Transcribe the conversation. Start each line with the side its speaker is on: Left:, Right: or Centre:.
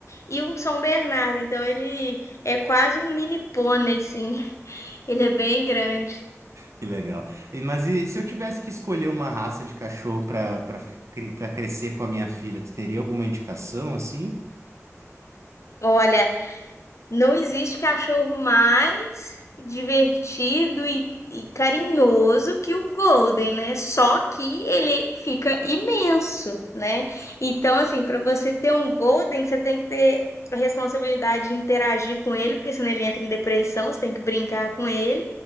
Left: e o São Bernardo. Então ele é quase um mini pônei, sim. <laughs> Ele é bem grande.
Right: Que legal. E- Mas e se eu tivesse que escolher uma raça de cachorro para para crescer com a minha filha, tu teria alguma indicação assim?
Left: Olha, Não existe cachorro mais divertido e, e carinhoso que o Golden, né? Só que ele fica imenso, né? Então, assim, para você ter um Golden, você tem que ter a responsabilidade de interagir com ele, porque senão ele entra em depressão, você tem que brincar com ele.